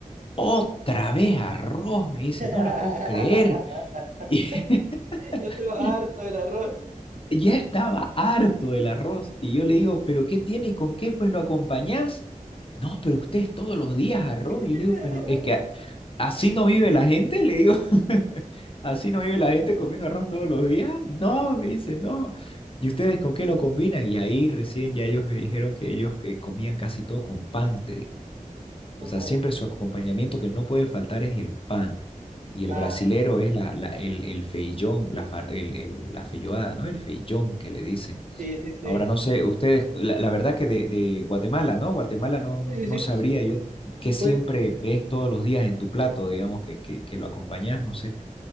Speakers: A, on the left (about 40°); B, on the right (about 65°).
A: otra vez arroz, me dice,
B: <laughs>
A: no la puedo creer. <laughs>
B: Yo estaba
A: Y,
B: harto del arroz.
A: ya estaba harto del arroz y yo le digo, pero ¿qué tiene y con qué pues lo acompañás? No, pero ustedes todos los días arroz.
B: <laughs>
A: Y yo le digo, pero es que a- así no vive la gente, le digo, <laughs> así no vive la gente comiendo arroz todos los días. No, me dice, no. ¿Y ustedes con qué lo combinan? Y ahí recién ya ellos me dijeron que ellos que comían casi todo con pan, te digo.
B: Con,
A: O sea,
B: con-
A: siempre su acompañamiento
B: con
A: que no puede faltar es el pan. Y el
B: pan.
A: brasilero es la, la- el, el feijón, la, far- el- el- la feijoada, ¿no? El feijón que le dicen.
B: Sí, sí, sí.
A: Ahora no sé, ustedes, la, la verdad que de, de Guatemala, ¿no? Guatemala no, no,
B: Sí,
A: no
B: sí,
A: sabría
B: sí.
A: yo qué siempre
B: Pues,
A: ves todos los días en tu plato, digamos, que, que, que lo acompañas, no sé.